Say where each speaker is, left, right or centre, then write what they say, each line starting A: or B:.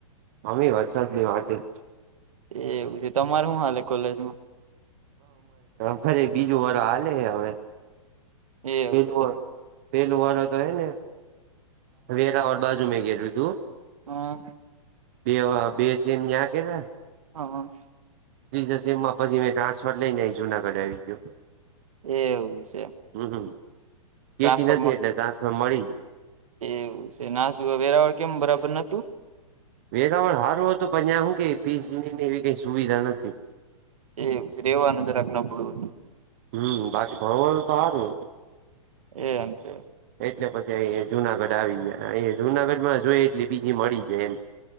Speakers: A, on the right; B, on the right.
A: અમે વરસાદની વાતે
B: એવું છે તમારે શું હાલે કોલેજમાં?
A: ફરી બીજું વર હાલે હે હવે.
B: એવું
A: પેલું
B: છે
A: પેલું વર તો હે ને વેરા વાળા. બાજુ મેં ઘરે લીધું
B: હ
A: બે બે સેમ ન્યા કેયા
B: <inaudible>
A: પ્લીઝ સમમાં પછી મેં ટ્રાન્ફર લઈને આવી જૂનાગઢ આવી ગયો
B: એવું છે
A: હમ્મ હમ્મ કેટી
B: ટ્રાન્સફર
A: નતી આયી એટલે ટ્રાન્સફર મળી ગયું
B: એવું છે ના જો વેરાવળ કેમ બરાબર નતું?
A: વેરાવળ સારું હતું પણ્યા શું કે ફીસ વિનીને એવી કંઈ સુવિધા નથી.
B: એ રેવાનુંજરાક નબડુ -
A: હમ્મ બાકી ભણવાળું તો હારુ.
B: એમ છે
A: એટલે પછી અ જુનાગઢ આવી જાય અ જુનાગઢમાં જોઈ એટલે બીજી મળી જાય એમ.